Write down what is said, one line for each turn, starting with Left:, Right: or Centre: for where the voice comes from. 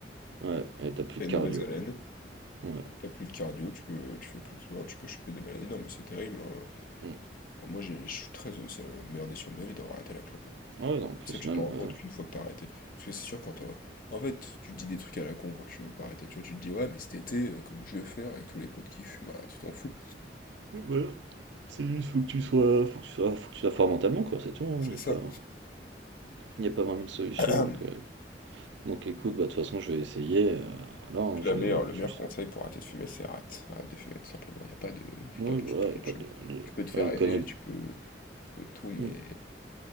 Right: Ouais, et t'as plus
Left: t'as
Right: de
Left: une
Right: cardio.
Left: mauvaise haleine.
Right: Ouais.
Left: T'as plus de cardio, tu peux, tu fais plus de sport, tu peux choper des maladies. Non, mais c'est terrible. hein.
Right: Hmm.
Left: Bon, Moi, j'ai, je suis très, c'est la meilleure décision de ma vie d'avoir arrêté la clope. hein.
Right: Ah ouais, non, en plus,
Left: Ça, tu
Right: même...
Left: te rends compte
Right: euh,
Left: qu'une fois que t'as arrêté. Parce que c'est sûr, quand t'as- En fait, tu te dis des trucs à la con quand tu veux pas arrêter. Tu vois, tu te dis, ouais, mais cet été, euh, comme je vais faire avec tous les potes qui fument, ah, tu t'en fous.
Right: Oui, voilà. C'est juste, faut que tu sois... Faut que tu sois, faut que tu sois fort mentalement, quoi, c'est tout, hein,
Left: C'est
Right: y
Left: ça.
Right: a pas... Il y a pas vingt mille solutions,
Left: <clears throat>
Right: donc heu, donc écoute, bah, de toute façon, je vais essayer, heu, voilà, hein, je
Left: La meilleure,
Right: je
Left: le meilleur
Right: me suis
Left: conseil pour arrêter de fumer, c'est arrête. Arrête de fumer, tout simplement. Il a pas de. Faut
Right: oui,
Left: pas passer
Right: voilà,
Left: par
Right: il
Left: mille
Right: y a pas
Left: chevaux.
Right: de les
Left: Tu peux te
Right: après
Left: faire
Right: les
Left: aider,
Right: conneries de
Left: tu peux, tu peux tout, mais
Right: mmh,